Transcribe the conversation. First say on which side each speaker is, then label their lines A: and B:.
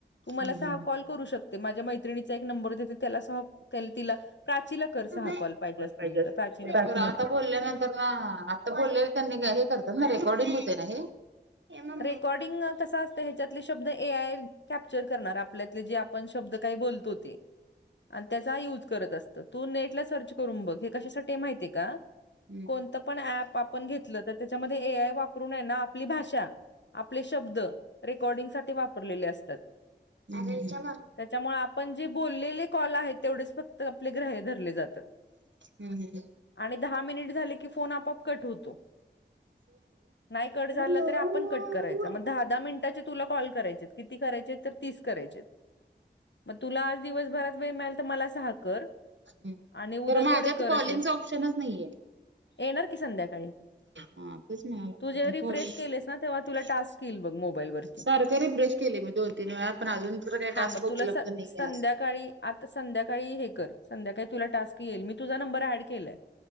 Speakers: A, on the left; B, on the right.
A: तुम्हाला
B: हम्म
A: सहा कॉल करू शकतो ते माझ्या मैत्रिणीचा एक नंबर देते त्याला सह त्या तिला प्राचीला करस
B: हम्म
A: हा कॉल पाहिजे असतील
B: अस
A: तर प्राचीन
B: तर आता बोलल्यांत ना आता बोललेले त्यांनी हे करतात ना रेकॉर्डिंग होते ना हे हम्म
A: रेकॉर्डिंग कस अस ह्याच्यातले शब्द ए आय कॅप्चर करणार आपल्यातले जे आपण शब्द काही बोलतो ते आणि त्याचा युज करत असत तू नेटला सर्च करून बघ हे कशासाठी माहिती का
B: हम्म
A: कोणत पण अँप आपण घेतलं तर त्याच्यामध्ये ए आय वापरूनय ना आपली भाषा आपले शब्द रेकॉर्डिंग साठी वापरलेले असतात
B: हम्म
A: त्याच्यामुळे आपण जे बोललेले कॉल आहेत तेवढेच फक्त आपले ग्राह्य धर जात
B: हम्म हम्म
A: आणि दहा मिनट झाल की फोन आपोआप कट होतो नाही कट झाला
B: होय.
A: तर आपण कट करायच दहा दहा मिनिटाचे तुला कॉल करायचे किती करायचे तर किती करायचे तीस करायचे म तुला आज दिवसभरात वेळ मिळालं तर मला सहा कर.
B: ह
A: आणि उद्या
B: तर माझ्यात
A: थोडे कर
B: कॉलिंगच
A: असे
B: ऑप्शनच नाहीये.
A: येणार की संध्याकाळी
B: हा तेच
A: तू जे रिफ्रेश
B: <unintelligible>
A: केलेस ना तेव्हा तुला टास्क येईल बघ मोबाईल वरती
B: सारखं रिफ्रेश केलय मी दोन, तीन वेळा पण अजू-
A: हा
B: टास्क
A: मग तुला
B: उपलब्ध
A: स-
B: नाहीे
A: संध्याकाळी
B: अस
A: आता संध्याकाळी हे कर संध्याकाळी तुला टास्क येईल मी तुझा नंबर ऍड केलाय